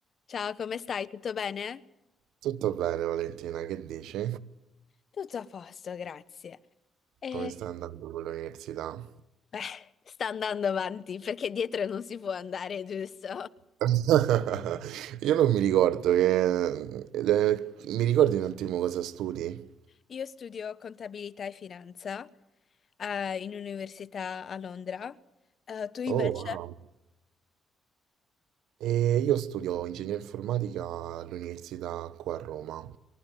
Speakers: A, on the left; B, on the right.
A: Ciao, come stai? Tutto bene?
B: Tutto bene, Valentina, che dici?
A: Tutto a posto, grazie. E
B: Come sta andando con l'università?
A: beh, sta andando avanti perché dietro non si può andare, giusto?
B: <laughs> Io non mi ricordo che... eh, eh, mi ricordi un attimo cosa studi?
A: Io studio contabilità e finanza, eh, in università a Londra. Eh, tu invece?
B: Oh, wow. E io studio ingegneria informatica all'università qua a Roma.